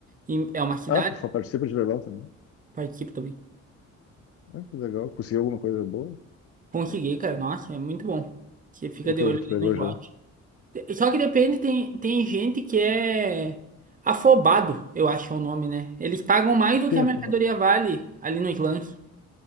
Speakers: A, on the right; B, on the left.
A: E é uma cidade,
B: Ah, tu fa- participa de leilão também?
A: participo também.
B: Ah, que legal. Conseguiu alguma coisa boa?
A: Consegui,
B: O
A: cara. Nossa, é muito bom. Você fica
B: o
A: de
B: que
A: olho
B: que tu
A: ali
B: pegou
A: no slot.
B: já?
A: Só que depende, tem, tem gente que é afobado, eu acho é o nome, né? Eles pagam mais do que
B: Sim,
A: a
B: eu
A: mercadoria
B: falo,
A: vale ali nos lances.